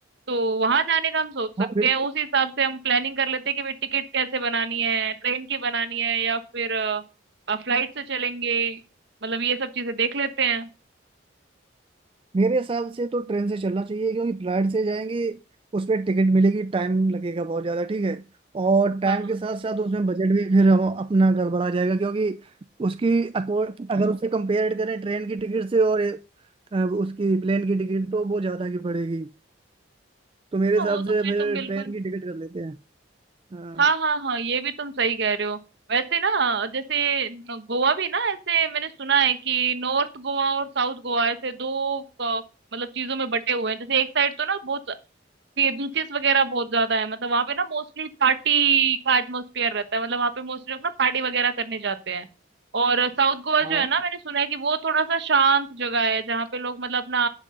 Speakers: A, on the right; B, on the right.
A: तो वहां जाने का हम सोच सकते
B: हाँ बिल्कुल
A: हैं उस हिसाब से हम प्लानिंग कर लेते हैं कि भाई टिकट कैसे बनानी है ट्रेन की बनानी है या फिर फ्लाइट से चलेंगे मतलब ये सब चीजें देख लेते हैं
B: मेरे हिसाब से तो ट्रेन से चलना चाहिए क्योंकि फ्लाइट से जाएंगे उस पर टिकट मिलेगी टाइम लगेगा बहुत ज़्यादा ठीक है और टाइम
A: हाँ
B: के साथ साथ उसमें बजट भी फिर हम अपना गड़बड़ा जाएगा क्योंकि उसकी अको- अगर उसे कंपेयर करें ट्रेन की टिकट से और अ, उसकी प्लेन की टिकट तो वो ज़्यादा की पड़ेगी तो मेरे
A: हाँ,
B: हिसाब
A: वो तो
B: से
A: खैर
B: फिर
A: तुम बिल्कुल
B: ट्रेन की टिकट कर लेते हैं हाँ
A: हाँ हाँ हाँ ये भी तुम सही कह रहे हो वैसे ना जैसे न- गोवा भी ना ऐसे मैंने सुना है कि नॉर्थ गोवा और साउथ गोवा ऐसे दो अ, मतलब चीजों में बटे हुए हैं जैसे एक साइड तो ना बहुत बीचेस वगैरह बहुत ज्यादा है मतलब वहाँ पे ना मोस्टली पार्टी का एटमोस्फेयर रहता है मतलब वहाँ पे मोस्टली लोग ना पार्टी वगैरह करने जाते हैं और साउथ गोवा जो
B: हाँ
A: है ना मैंने सुना है कि वो थोड़ा सा शांत जगह है जहाँ पे लोग मतलब अपना